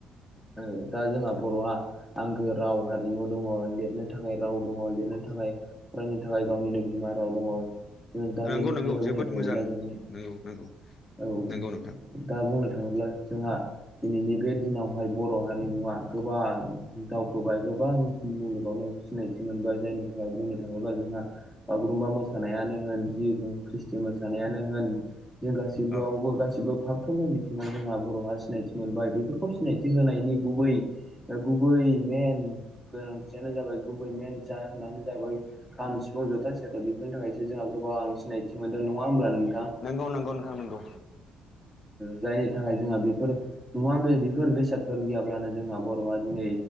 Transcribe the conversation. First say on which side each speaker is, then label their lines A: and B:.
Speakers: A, on the left (about 15°); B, on the left (about 45°).
A: ओ दा जोंहा बर'आ आंगो राव हारिमु दङ लिरनो थाखाय राव दङ लिरनो थाखाय थाखाय फरायनो थाखाय गावनिनो बिमा राव दङ दा
B: नंगौ
A: बेनिखायनो
B: नंगौ जोबोद
A: बुंनो थाङोब्ला
B: मोजां
A: जोंनि
B: नंगौ नंगौ
A: औ
B: नंगौ नोंथां
A: दा बुंनो थाङोब्ला जोंहा दिनैनि बे दिनावहाय बर' हारिमुआ गोबां दावखोबाय गोबां मुलुगावनो सिनायथि मोनबाय जायनि थाखाय बुंनो थाङ थाङोबा जोंहा बागुरुमबा मोसानायानो होन जि ख्रिस्टि मोसानायानो होन जों गासिबोआवबो
B: औ
A: गासिबो फाफ्रोमबो बिथिङाव जोंहा बर'हा सिनायथि मोनबाय बेफोरखौ सिनायथि होनायनि गुबै गुबै मेन गोनांथियानो जाबाय गुबै मेन जा जाबाय खाम सिफुं जथा सथा बेफोरनि थाखायसो जोंहा गोबां सिनायथि मोनदों नङा हब्ला
B: नंगौ नंगौ नोंथां नंगौ
A: जायनि थाखाय जोंहा बेफोर नुवा बे बेफोर बेसादफोर गैयाब्लानो जोंहा बर'आ दिनै